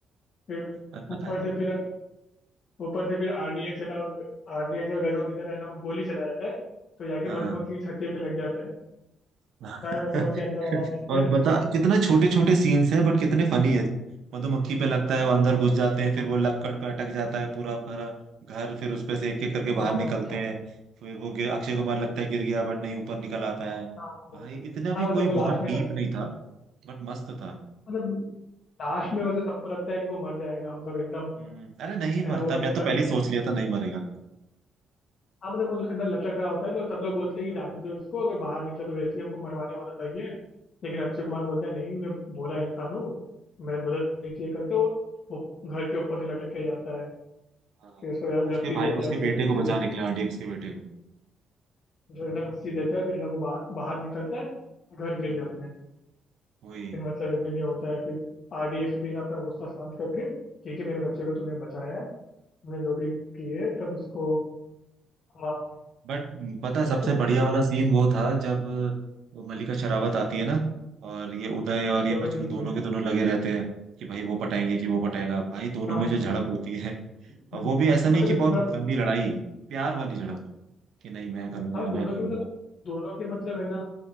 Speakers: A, on the left; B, on the right.
A: फिर
B: अ, पता
A: ऊपर
B: नहीं
A: से फिर ऊपर से फिर आरडीए चला आरडीए का गधों की तरह है ना वो गोली चला जाता है तो जाके
B: हाँ
A: मधुमक्खी की छत्ते पे लग जाता है
B: <laughs>
A: सारे मधुमक्खी अंदर आ जाती
B: और
A: है
B: बता कितना छोटे छोटे सीन्स है बट कितने फनी है मधुमक्खी पे लगता है वो अंदर घुस जाते हैं फिर वो लक्कड़ पे अटक जाता है पूरा भरा घर फिर उसपे से एक एक करके बाहर
A: हाँ
B: निकलते
A: हाँ
B: हैं फिर वो गिर, अक्षय कुमार लगता है गिर गया बट नहीं ऊपर निकल आता है
A: हाँ
B: भाई इतना
A: हाँ,
B: भी
A: मतलब
B: कोई
A: वो लास्ट
B: बहुत
A: में
B: डीप
A: सब
B: नहीं था बट मस्त था
A: मतलब लास्ट में मतलब सबको लगता है कि वो मर जाएगा मतलब एकदम
B: हम्म, अरे नहीं मरता
A: है ना वो
B: मैं तो पहले
A: अकेले
B: ही सोच लिया था नहीं मरेगा
A: हाँ मतलब वो है ना लटक रहा होता है तो सब लोग बोलते हैं
B: हाँ
A: कि जाने दो इसको अगर बाहर निकला तो वैसे ही हमको मरवाने वाला था ये लेकिन अक्षय कुमार बोलता है नहीं मैं भोला इंसान हूँ मैं मदद नीचे करके वो, वो घर के ऊपर से लटक के जाता है
B: हाँ,
A: फिर उसको
B: उसके
A: रस्सी
B: भाई
A: देता
B: उसके
A: है फिर
B: बेटे
A: रस्सी
B: को
A: से वो
B: बचाने के लिए आरडीएक्स के बेटे को
A: जो है ना रस्सी देता है फिर है ना वो बा, बाहर निकलता है घर गिर
B: हम्म
A: जाता है
B: वही
A: फिर मतलब एकदम ये होता है फिर आरडीएक्स भी है ना अपना गुस्सा शांत करके ठीक है मेरे बच्चे
B: हाँ
A: को तूने बचाया है तूने जो भी किए तब उसको हाँ
B: बट पता है सबसे
A: ऐसा मत
B: बढ़िया वाला सीन वो था जब वो मल्लिका शरावत आती है ना और ये उदय और ये
A: दोनों
B: मजनू
A: के बीच
B: दोनों
A: में
B: के दोनों लगे रहते हैं कि भाई वो पटाएंगे कि वो पटाएगा भाई दोनों
A: हाँ
B: में
A: हाँ
B: जो झड़प होती है
A: हम्म,
B: और वो भी ऐसा नहीं
A: मतलब
B: कि
A: ये
B: बहुत
A: पूरा
B: गंदी लड़ाई प्यार वाली झड़प कि नहीं मैं करूंगा
A: हाँ दोनों
B: मैं करूंगा
A: के मतलब दोनों के मतलब है ना